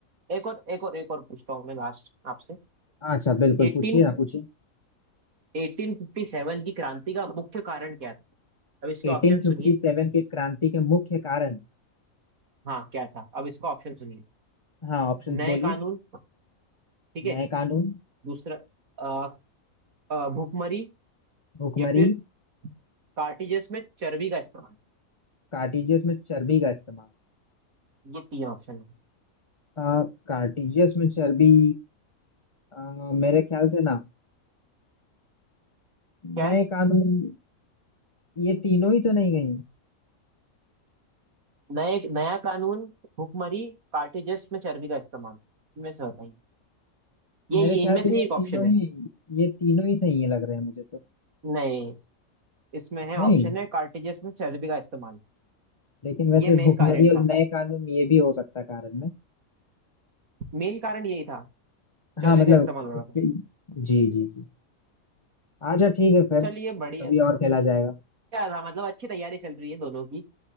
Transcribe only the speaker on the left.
अच्छा बिल्कुल
पूछिए आप पूछिए
1857
की क्रांति के मुख्य कारण
हाँ ऑप्शंस
बोलिए
नए कानून
भुखमरी
कार्टिजियस में चर्बी का इस्तेमाल
आ, कार्टिजियस में चर्बी आ, मेरे ख्याल से ना
नए
कानून ये तीनों ही तो नहीं गई
मेरे
ख्याल
से
ये
तीनों
ही ये तीनों ही सही है लग रहे हैं मुझे तो
नहीं
लेकिन वैसे
भुखमरी
और
नए कानून ये भी हो सकता है कारण
हाँ मतलब
जी जी जी अच्छा ठीक है फिर
अभी और खेला जाएगा